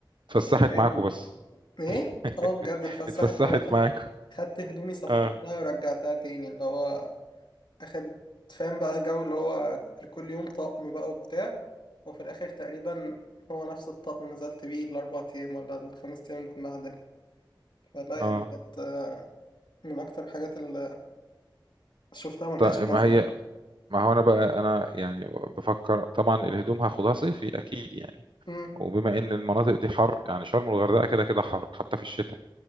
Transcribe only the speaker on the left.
يعني فاهم
إيه؟
أه بجد اتفسحت
معانا خدت
خدت هدومي صفرتها
ورجعتها تاني اللي هو اخد فاهم بقى الجو اللي هو لكل يوم طقم بقى وبتاع وفي الاخر تقريبا هو نفس الطقم اللي نزلت بيه الاربع ايام ولا الخمس ايام اللي كنا قاعدين فلا يعني
كانت آه، من اكتر الحاجات اللي شفتها ملهاش
لازمه
أمم،